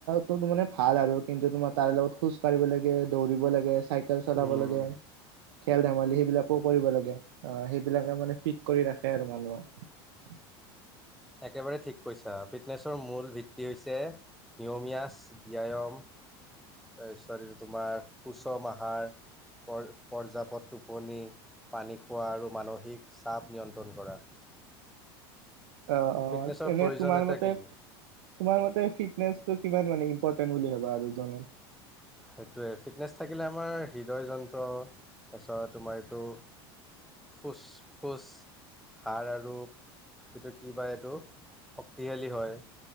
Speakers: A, on the right; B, in the centre.
A: তো ত মানে ভাল আৰু, কিন্তু তোমাৰ তাৰ লগত খোজ কঢ়িব লাগে দৌৰিব লাগে চাইকেল চলাব
B: উম
A: লাগে খেল ধেমালি সেইবিলাকো কৰিব লাগে। আহ' সেইবিলাকে মানে ফিট কৰি ৰাখে আৰু মানুহক।
B: একেবাৰে ঠিক কৈছা, ফিটনেছৰ মূল ভিত্তি হৈছে নিয়মিয়ছ, ব্যায়াম তাৰপিছত এই তোমাৰ সুচম আহাৰ পৰ পৰ্যাপদ টোপনি পানী খোৱা, আৰু মানসিক চাপ, নিয়ন্ত্ৰণ কৰা।
A: আহ', অ',
B: ফিটনেছৰ
A: এনে
B: প্ৰয়োজনীয়তা
A: তোমাৰ মতে
B: কি
A: তোমাৰ মতে ফিটনেচটো কিমান মানে ইম্পৰ্টেণ্ট বুলি ভাববা আৰু তুমি?
B: সেইটোৱে ফিটনেছ থাকিলে আমাৰ হৃদয় যন্ত্ৰ, তাৰপিছত তোমাৰ এইটো ফুচ-ফুচ। সাড়, আৰু এইটো কি বা এইটো শক্তিশালী হয়।